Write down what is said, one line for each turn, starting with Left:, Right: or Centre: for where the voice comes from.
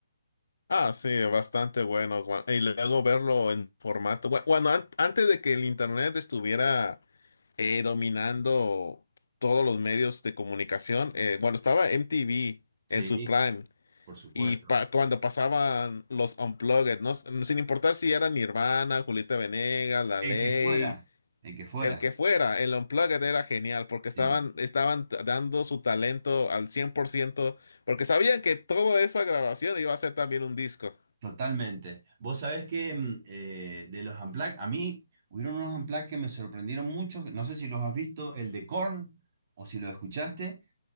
Left: Ah, sí, bastante bueno. gua- Y luego verlo en formato. gua- Bueno, an- antes de que el internet estuviera eh, dominando todos los medios de comunicación, eh, cuando estaba MTV
Right: Sí,
Left: en su prime.
Right: por supuesto.
Left: Y pa- cuando pasaban los Unplugged, ¿no? Sin importar si era Nirvana, Julieta Venegas, La
Right: El
Left: Ley,
Right: que fuera, el que fuera,
Left: el que fuera, el Unplugged era genial porque estaban,
Right: sí,
Left: estaban t- dando su talento al 100% porque sabían que toda esa grabación iba a ser también un disco.
Right: totalmente. Vos sabés que mm, eh, de los Unplugged, a mí hubieron unos Unplugged que me sorprendieron mucho, que no sé si los has visto, el de Korn, o si lo escuchaste.